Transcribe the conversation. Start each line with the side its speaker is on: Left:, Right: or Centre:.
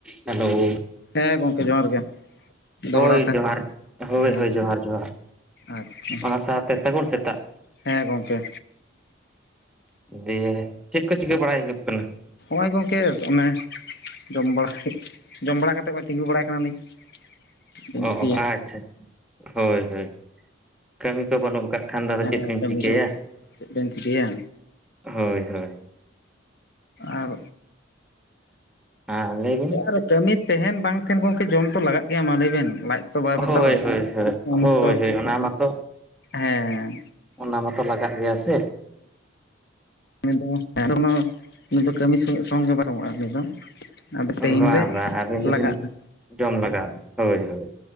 Centre: Hello.
Left: ᱦᱮᱸ ᱜᱚᱝᱠᱮ ᱡᱚᱦᱟᱨ ᱜᱮ᱾
Centre: ᱦᱳᱭ
Left: ᱫᱚᱦᱲᱟ ᱛᱮ
Centre: ᱡᱚᱦᱟᱨ, ᱦᱳᱭ
Left: ᱦᱮᱸ
Centre: ᱦᱳᱭ ᱡᱚᱦᱟᱨ ᱡᱚᱦᱟᱨ᱾
Left: ᱟᱪᱪᱷᱟ
Centre: ᱚᱱᱟ ᱥᱟᱶᱛᱮ ᱥᱟᱹᱜᱩᱱ ᱥᱮᱛᱟᱜ᱾
Left: ᱦᱮᱸ ᱜᱚᱝᱠᱮ
Centre: ᱫᱤᱭᱮ ᱪᱮᱫ ᱠᱚ ᱪᱤᱠᱟᱹ ᱵᱟᱲᱟᱭ ᱦᱩᱭᱩᱜ ᱠᱟᱱᱟ?
Left: ᱦᱚᱸᱜᱼᱚᱭ ᱜᱚᱝᱠᱮ ᱚᱱᱮ ᱡᱚᱢ ᱵᱟᱲᱟ, ᱡᱚᱢ ᱵᱟᱲᱟ ᱠᱟᱛᱮᱫ ᱦᱚᱸᱜᱼᱚᱭ ᱛᱤᱸᱜᱩ ᱵᱟᱲᱟᱭ ᱠᱟᱱᱟᱞᱤᱧ᱾ ᱪᱮᱫ ᱵᱮᱱ
Centre: ᱚ
Left: ᱪᱤᱠᱟᱹᱭᱟ
Centre: ᱟᱪᱪᱷᱟ ᱦᱳᱭ ᱦᱳᱭ᱾ ᱠᱟᱹᱢᱤ ᱠᱚ ᱵᱟᱹᱱᱩᱜ ᱠᱟᱜ ᱠᱷᱟᱱ ᱫᱚ ᱟᱫᱚ
Left: ᱦᱮᱸ
Centre: ᱪᱮᱫ ᱵᱤᱱ
Left: ᱠᱟᱹᱢᱤ
Centre: ᱪᱤᱠᱟᱹᱭᱟ,
Left: ᱫᱚ ᱪᱮᱫ ᱵᱮᱱ ᱪᱤᱠᱟᱹᱭᱟ
Centre: ᱦᱳᱭ ᱦᱳᱭ᱾
Left: ᱟᱨ
Centre: ᱟᱨ ᱞᱟᱹᱭ ᱵᱤᱱ
Left: ᱪᱮᱫ ᱟᱨ ᱠᱟᱹᱢᱤ ᱛᱟᱦᱮᱱ ᱵᱟᱝ ᱛᱟᱦᱮᱱ ᱜᱚᱝᱠᱮ ᱡᱚᱢ ᱛᱚ ᱞᱟᱜᱟᱜ ᱜᱮᱭᱟ ᱢᱟ ᱞᱟᱹᱭᱵᱱ ᱞᱟᱡ ᱛᱚ ᱵᱟᱭ
Centre: ᱦᱳᱭ
Left: ᱵᱟᱛᱟᱭᱟᱣ
Centre: ᱦᱳᱭ ᱦᱳᱭ
Left: ᱩᱱ
Centre: ᱦᱳᱭ
Left: ᱛᱚ,
Centre: ᱦᱳᱭ ᱚᱱᱟ ᱢᱟᱛᱚ
Left: ᱦᱮᱸ᱾
Centre: ᱚᱱᱟ ᱢᱟᱛᱚ ᱞᱟᱜᱟᱜ ᱜᱮᱭᱟ ᱥᱮ᱾
Left: ᱩᱱ ᱫᱚ <inaudible> ᱩᱱᱤ ᱫᱚ ᱠᱟᱹᱢᱤ ᱥᱩᱢᱟᱹᱡ ᱥᱚᱝ ᱫᱚ ᱵᱟᱭ ᱮᱢᱚᱜᱼᱟ ᱩᱱᱤ ᱫᱚ᱾ ᱟᱫᱚ
Centre: ᱵᱟᱝ
Left: ᱴᱟᱭᱤᱢ ᱨᱮ
Centre: ᱵᱟᱝ ᱟᱹᱵᱤᱱ ᱫᱚᱵᱤᱱ
Left: ᱞᱟᱜᱟᱜᱼᱟ᱾
Centre: ᱡᱚᱢ ᱞᱟᱜᱟᱜᱼᱟ ᱦᱳᱭ ᱦᱳᱭ,